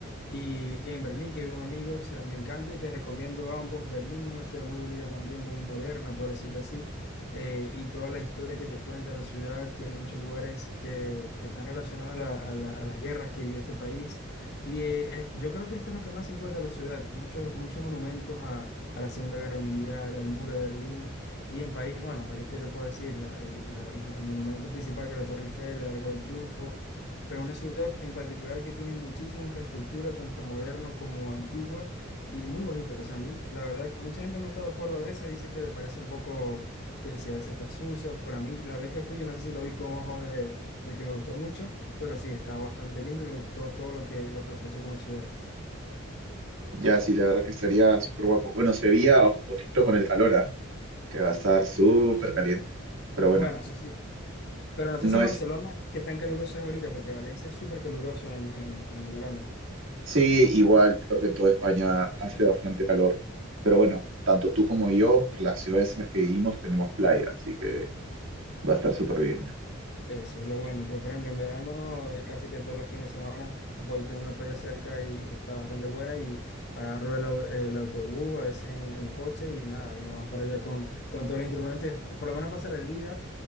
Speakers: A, on the left (about 50°); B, on the right (about 70°).
A: Y en Berlín, que vive un amigo, o sea, me encanta y te recomiendo ambos. Berlín es una ciudad muy bonita también, muy moderna, por decirlo así. eh, y toda la historia que te cuenta la ciudad tiene muchos lugares que, que están relacionados a, la- a la- a las guerras que vivió este país. Y eh, eh, yo creo que esto es lo que más se encuentra en la ciudad. Muchos, muchos monumentos a, a la Segunda Guerra Mundial, al muro de Berlín. Y en París, bueno, París, ¿qué te puedo decir? La- el, la- lo- el monumento principal que es la Torre Eiffel, el Arco del Triunfo pero una ciudad en particular que tiene muchísima infraestructura, tanto moderna como antigua, y muy bonita. O sea, a mí, la verdad, que mucha gente no está de acuerdo a veces, dice que le parece un poco que si a veces está sucia, pero a mí, la vez que fui, yo no sé si lo vi con ojos de, de que me gustó mucho, pero sí, está bastante limpio y me gustó todo lo que, lo que ofrece como ciudad.
B: Ya, sí, la verdad que estaría súper guapo. Bueno, Sevilla, o- ojito con el calor, ¿ah? Que va a estar súper caliente. Pero bueno,
A: Bueno, eso sí, pero no sé
B: no
A: si en
B: es...
A: Barcelona, qué tan caluroso es ahorita, porque Valencia es súper caluroso en, en, en verano.
B: Sí, igual, creo que en toda España hace bastante calor. Pero bueno, tanto tú como yo, por las ciudades en las que vivimos, tenemos playa, así que va a estar súper bien.
A: Eso es lo bueno. Yo, por ejemplo, en verano eh, casi que todos los fines de semana voy, tengo una playa cerca y que está bastante buena y agarro el, au- el autobús, a veces en, en coche y nada, y nos vamos para allá con, con todos los instrumentos, y es- por lo menos pasar el día